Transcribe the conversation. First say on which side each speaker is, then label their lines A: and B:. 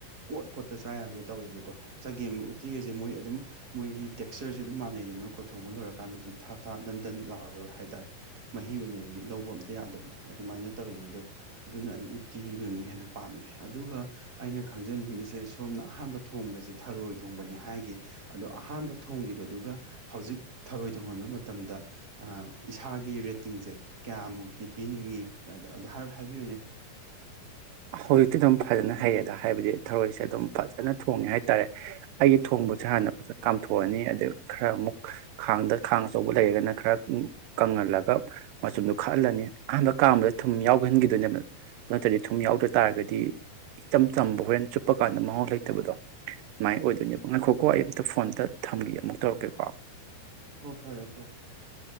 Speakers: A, on the right; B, on the right.
A: ꯀꯣꯠ ꯀꯣꯠꯇ ꯆꯥ ꯌꯥꯕꯗꯣ ꯇꯧꯋꯦꯕꯀꯣ ꯆꯪ ꯒꯦꯝꯒ ꯎꯇꯤꯒꯁꯦ ꯃꯣꯏ ꯑꯗꯨꯝ ꯃꯣꯏꯒꯤ ꯇꯦꯛꯁꯆꯔꯁꯦ ꯑꯗꯨꯝ ꯃꯥꯟꯅꯩꯗꯅꯀꯣ ꯊꯣꯡꯕ ꯂꯣꯏꯔꯀꯥꯟꯗꯗꯤ ꯊꯥ ꯊꯥ ꯗꯟꯗꯟ ꯂꯥꯎꯔ ꯍꯥꯏꯇꯥꯔꯦ ꯃꯍꯤ ꯑꯣꯏꯅ ꯂꯧꯕ ꯑꯝꯇ ꯌꯥꯗꯕꯗꯣ ꯑꯗꯨꯃꯥꯏꯅ ꯇꯧꯋꯤꯗꯅ ꯑꯗꯨ ꯑꯗꯨꯅ ꯑꯩ ꯎꯇꯤꯒꯅ ꯍꯦꯟꯅ ꯄꯥꯝꯃꯦ ꯑꯗꯨꯒ ꯑꯩꯅ ꯈꯪꯖꯅꯤꯡꯉꯤꯁꯦ ꯁꯣꯝꯅ ꯑꯍꯥꯟꯕ ꯊꯣꯡꯕꯁꯦ ꯊꯔꯣꯏ ꯊꯣꯡꯕꯅꯦ ꯍꯥꯏꯒꯤ ꯑꯗꯣ ꯑꯍꯥꯟꯕ ꯊꯣꯡꯈꯤꯕꯗꯨꯒ ꯍꯧꯖꯤꯛ ꯊꯔꯣꯏ ꯊꯣꯡꯍꯟꯕ ꯃꯇꯝꯗ ꯑꯥ ꯏꯁꯥꯒꯤ ꯀꯤ ꯔꯦꯇꯤꯡꯁꯦ ꯀ꯭ꯌꯥꯃꯨꯛꯇꯤ ꯄꯤꯅꯤꯡꯉꯤ ꯑꯗꯨ ꯑꯗꯨ ꯍꯥꯏ ꯍꯥꯏꯕꯤꯌꯨꯅꯦ
B: ꯍꯧꯖꯤꯛꯇꯤ ꯗꯨꯝ ꯐꯖꯅ ꯍꯩꯌꯦꯗ ꯍꯥꯏꯕꯗꯤ ꯊꯔꯣꯏꯁꯦ ꯑꯗꯨꯝ ꯐꯖꯅ ꯊꯣꯡꯉꯦ ꯍꯥꯏ ꯇꯔꯦ ꯑꯩꯒꯤ ꯊꯣꯡꯕꯁꯦ ꯍꯥꯟꯅ ꯐꯖꯅ ꯀꯥꯝꯊꯣꯛꯑꯅꯤ ꯑꯗꯨ ꯈꯔ ꯑꯃꯨꯛ ꯈꯥꯡꯗ ꯈꯥꯡ ꯑꯆꯧ ꯂꯩꯔꯒꯅ ꯈꯔ ꯀꯪꯍꯜꯂꯒ ꯃꯆꯨꯝꯗꯨ ꯈꯜꯂꯅꯤ ꯑꯍꯥꯟꯕ ꯀꯥꯝꯕꯗ ꯊꯨꯝ ꯌꯥꯎꯍꯟꯒꯤꯗꯣꯏꯅꯦꯕ ꯅꯠꯇ꯭ꯔꯗꯤ ꯊꯨꯝ ꯌꯥꯎꯗ ꯇꯥꯔꯒꯗꯤ ꯏꯆꯝ ꯆꯝꯕ ꯍꯣꯔꯦꯟ ꯆꯨꯞꯄ ꯀꯥꯟꯗ ꯃꯍꯥꯎ ꯂꯩꯇꯕꯗꯣ ꯃꯥꯏ ꯑꯣꯏꯗꯣꯏꯅꯦꯕ ꯉꯥꯏꯈꯣꯀꯣ ꯑꯩ ꯑꯝꯇ ꯐꯣꯟ ꯑꯝꯇ ꯊꯝꯒꯦ ꯑꯃꯨꯛ ꯇꯧꯔꯛꯀꯦꯀꯣ
A: ꯍꯣ ꯐꯔꯦ ꯐꯔꯦ